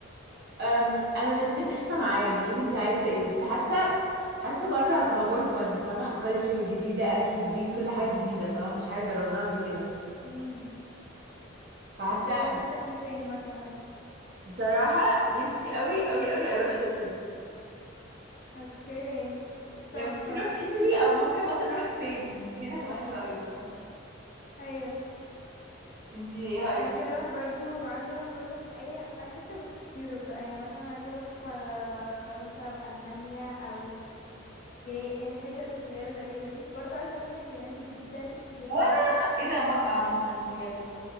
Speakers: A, on the right; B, on the left.
A: أم، أنا الاتنين قشطة معايا يعني شوفي انتي عايزة ايه بس حاسة حاسة بره هتبقى more fun فاهمة culture جديدة أكل جديد كل حاجة جديدة فاهمة مفيش حاجة جربناها قبل كده
B: امم
A: فحاسة
B: اوكي عايزة تسافري فين مثلا
A: بصراحة نفسي قوي قوي قوي أروح إيطالي
B: اوكي تحفة
A: يعني ممكن نروح ايطالي او ممكن مثلا نروح سبين سبين هتبقى حلوه قوي برضو
B: ايوه
A: انتي ايه رايك
B: انا عايزة اروح برضو عايزة اروح برضو اي اي حتة بس في يوروب بقى يعني مثلا عايزة اروح آه، فرنسا او المانيا او يعني الحتت اللي هي الغريبة دي برضو عايزة اروح اليونان جدا جدا
A: وانا ايه ده موافقه عامه موافقه يلا